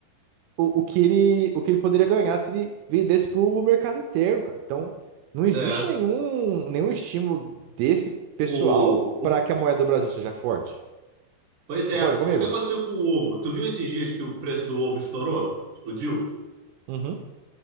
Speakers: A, on the right; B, on the right.
A: o, o que ele, o que ele poderia ganhar se ele vendesse para o mercado interno, cara. Então, não existe
B: É.
A: nenhum, nenhum estímulo desse pessoal
B: O, o,
A: para que a moeda do Brasil seja forte.
B: pois é,
A: Concorda comigo?
B: o que aconteceu com o ovo? Tu viu esses dias que o preço do ovo estourou? Explodiu?
A: Uhum.